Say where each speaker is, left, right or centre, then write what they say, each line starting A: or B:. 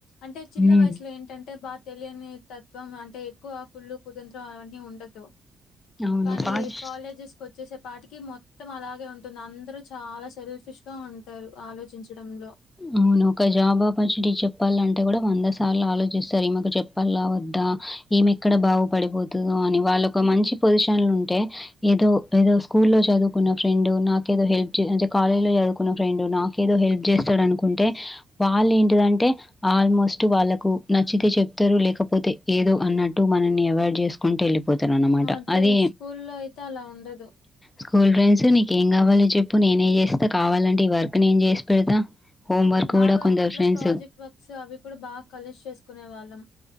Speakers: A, on the left; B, on the left.
A: అంటే చిన్న
B: హ్మ్.
A: వయసు అసలు ఏంటంటే బాగా తెలియని తత్వం అంటే ఎక్కువ కుళ్ళు కుతంత్రం అవన్నీ ఉండదు
B: అవును.
A: కానీ
B: పాటి
A: కాలేజెస్ కి వచ్చేసే పాటికి మొత్తం అలాగే ఉంటుంది ఉంటుంది అందరు చాలా సెల్ఫిష్ గా ఉంటారు ఆలోచించడంలో
B: అవును ఒక జాబ్ ఆపర్చునిటీ చెప్పాలంటే కూడా వంద సార్లు ఆలోచిస్తారు ఈమె కు చెప్పాల్ల వద్ద వద్ద ఈమె ఎక్కడ బాగు పడిపోతుందో అని వాళ్ళకి ఒక మంచి పొజిషన్ ఉంటే ఏదో ఏదో స్కూల్లో చదువుకున్న ఫ్రెండ్ నాకేదో హెల్ప్ అంటే కాలేజ్ లో ఆదుకున్న ఫ్రెండ్ నాకేదో హెల్ప్ చేస్ అనుకుంటే వాళ్ళు ఏంటిదంటే ఆల్మోస్ట్ వాళ్ళకు నచ్చితే చెప్తారు లేకపోతే ఏదో అన్నట్టు మనల్ని అవాయిడ్ చేసుకుంటూ వెళ్ళిపోతే పోతారు అన్నమాట
A: అదే
B: అది
A: స్కూల్లో అయితే అలా ఉండదు
B: స్కూల్ ఫ్రెండ్స్ నీకేం కావాలో చెప్పు నేనేం చేస్తా కావాలంటే ఈ వర్క్ నేను చేసి పెడతా హోమ్ వర్క్
A: బాగా
B: గూడా కొందరు
A: అప్పట్లో
B: ఫ్రెండ్స్
A: ప్రాజెక్ట్ వర్క్స్ అవి కూడా బాగా కలిసి చేసుకునే వాళ్ళం